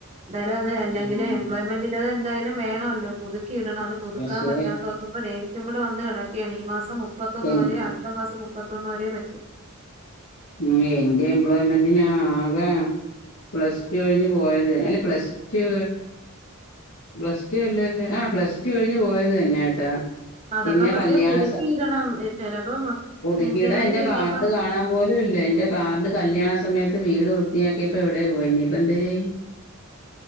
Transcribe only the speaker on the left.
ഉം
പക്ഷെ
എൻ
ഉം എന്റെ എംപ്ലോയ്മെന്റിനാക പ്ലസ് ടു കഴിഞ്ഞ് പോയത് അല്ല പ്ലസ് ടു പ്ലസ് ടു അല്ലല്ലേ ആഹ് പ്ലസ് ടു കഴിഞ്ഞ് പോയത് തന്നേട്ടാ
പിന്നെ
കല്ല്യാണ
സ
പുതുക്കീട
എന്റെ കാർഡ്
കാണാം പോലൂല്ല എന്റെ കാർഡ് കല്യാണ സമയത്ത് വീട് വൃത്തിയാക്കിയപ്പോ എവിടെ പോയി ഇനിപ്പോ എന്തെര്ചെയ്യ്